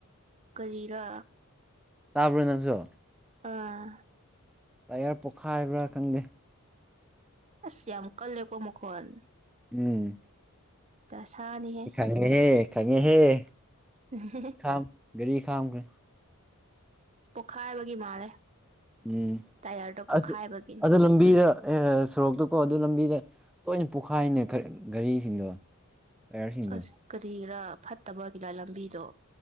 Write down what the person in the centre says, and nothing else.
ꯇꯥꯕꯔꯣ ꯅꯪꯁꯨ
ꯇꯥꯏꯌꯔ ꯄꯣꯛꯈꯥꯏꯕ꯭ꯔꯥ ꯈꯪꯗꯦ
ꯎꯝ
ꯈꯉꯦꯍꯦ ꯈꯉꯦꯍꯦ
ꯈꯥꯝ ꯒꯔꯤ ꯈꯥꯝꯒ꯭ꯔꯦ꯫
ꯎꯝ
ꯑꯁ ꯑꯗꯣ ꯂꯝꯕꯤꯗ ꯑꯦ ꯁꯣꯔꯣꯛꯇꯀꯣ ꯑꯗꯨ ꯂꯝꯕꯤꯗ ꯇꯣꯏꯅ ꯄꯣꯛꯈꯥꯏꯅꯦ ꯒ ꯒꯥꯔꯤꯁꯤꯡꯗꯣ꯫ ꯇꯥꯏꯌꯔꯁꯤꯡꯗꯣ